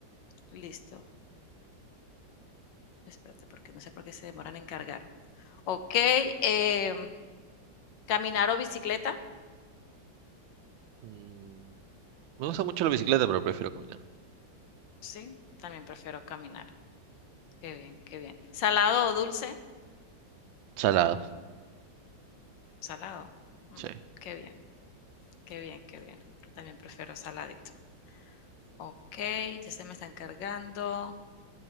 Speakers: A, on the left (about 75°); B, on the right (about 80°).
A: listo. Espérate, porque no sé por qué se demoran en cargar. Ok, em, ¿caminar o bicicleta?
B: Mm, me gusta mucho la bicicleta, pero prefiero caminar.
A: Sí, también prefiero caminar. Qué bien, qué bien. ¿Salado o dulce?
B: Salado,
A: Salado. Mm,
B: sí.
A: qué bien, qué bien, qué bien. Yo también prefiero saladito. Ok, ya se me están cargando.